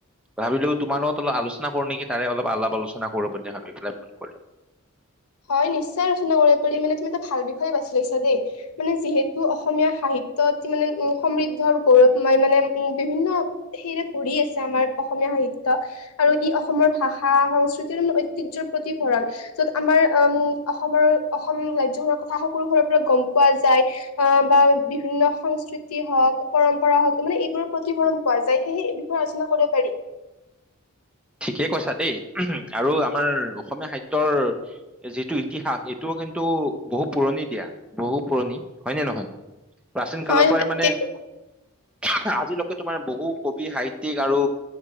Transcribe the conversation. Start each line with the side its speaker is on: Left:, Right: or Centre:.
Centre: ভাবিলোঁ তোমাৰ লগত অলপ আলোচনা কৰো নেকি তাৰে অলপ আলাপ-আলোচনা কৰো বুলি ভাবি পেলাই ফোন কৰিলো।
Left: হয়, নিশ্চয় আলোচনা কৰিব পাৰি মানে তুমি এইটো ভাল বিষয় বাছি লৈছা দেই। মানে যিহেতু অসমীয়া সাহিত্যয়ত মানে উম' সমৃদ্ধৰ গৌৰৱময় মানে উম' বিভিন্ন <unintelligible> পঢ়ি আছে আমাৰ অসমীয়া সাহিত্য। আৰু ই অসমৰ ভাষা সংস্কৃতিৰ ঐতিহ্যৰ প্ৰতি ভঁৰাল, য'ত আমাৰ উমঁ' অসমৰ অসম ৰাজ্যখনৰ কথা সকলো ঘৰৰ পৰা গম পোৱা যায়। আহ' বা বিভিন্ন সংস্কৃতি হওঁক, পৰম্পৰা হওঁক মানে এইবোৰৰ প্ৰতিফলন পোৱা যায়। সেইয়েহে কি আছিলে কৈ দিব পাৰি।
Centre: ঠিকেই কৈছা দেই আৰু আমাৰ অসমীয়া সাহিত্যৰ - যিটো ইতিহাস, এইটোও কিন্তু বহু পুৰণি দিয়া বহু পুৰণি হয় নে নহয় প্ৰাচীন
Left: হয়
Centre: কালৰ পৰাই
Left: হয়
Centre: মানে
Left: ঠিকেই
Centre: <unintelligible> আজিলৈকে তোমাৰ বহু কবি, সাহিতিক আৰু